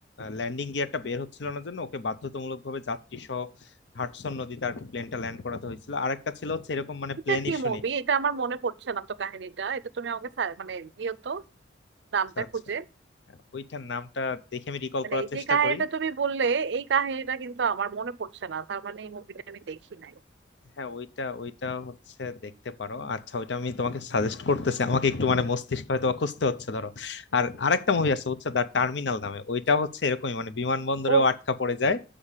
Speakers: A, on the left; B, on the right.
A: ল্যান্ডিং গিয়ারটা বের হচ্ছিল না জন্য ওকে বাধ্যতামূলক ভাবে যাত্রী সহ হাডসন নদীতে আর কি প্লেনটা ল্যান্ড করাতে হয়েছিল আরেকটা ছিল হচ্ছে এরকম মানে
B: এটা
A: প্লেন
B: কি
A: ইস্যু
B: মুভি
A: নেই
B: এটা আমার মনে পড়ছে না তো কাহিনীটা এটা তুমি আমাকে সা- মানে দিও তো নামটা
A: আচ্ছা আচ্ছা
B: খুঁজে
A: ওইটার নামটা দেখে আমি রিকল
B: মানে
A: করার
B: এই
A: চেষ্টা
B: যে কাহিনীটা
A: করি
B: তুমি বললে এই কাহিনীটা কিন্তু আমার মনে পড়ছে না তার মানে এই মুভিটা আমি দেখি নাই
A: হ্যাঁ ওইটা ওইটা হচ্ছে দেখতে পারো আচ্ছা ওইটা আমি তোমাকে সাজেস্ট করতেছি আমাকে একটু মানে মস্তিষ্ক হয়তো অখুস্তে হচ্ছে ধরো আর আরেকটা মুভি আছে হচ্ছে দ্য টার্মিনাল নামে ওইটা হচ্ছে এরকমই মানে বিমানবন্দরেও
B: ও
A: আটকা পড়ে যায়